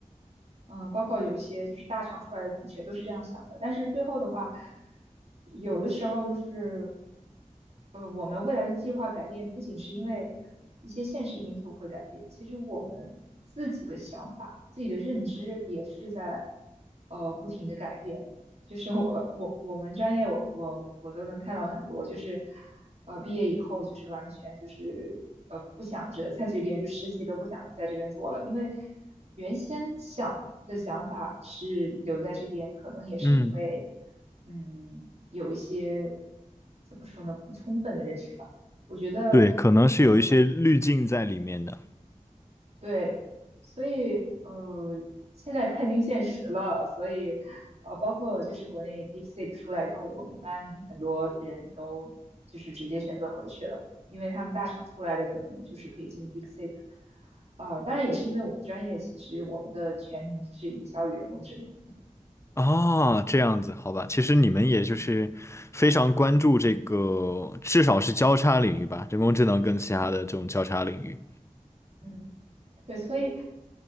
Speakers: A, on the right; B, on the left.
A: 嗯、呃包括有一些就是大厂出来的同学都是这样想的。但是最后的话，有的时候就是，呃，我们未来的计划改变，不仅是因为一些现实因素会改变，其实我们自己的想法、自己的认知也是在呃不停的改变。就是我我我们专业我我我都能看到很多，就是呃毕业以后就是完全就是呃不想着在这边就实习都不想在这边做了，因为原先想的想法是留在这边，可能也是因为
B: 嗯。
A: 嗯有一些怎么说呢不充分的认识吧。我觉得呃
B: 对，可能是有一些滤镜在里面的。
A: 对，所以呃，现在看清现实了，所以呃，包括就是国内 DeepSeek 出来以后，我们班很多人都就是直接选择回去了，因为他们大厂出来的可能就是可以进 DeepSeek，呃，当然也是因为我们专业其实我们的全名是营销与人工智能，
B: 啊，这样子，好吧，其实你们也就是非常关注这个，
A: 嗯嗯
B: 至少是交叉领域吧，人工智能跟其他的这种交叉领域。
A: 嗯，对，所以。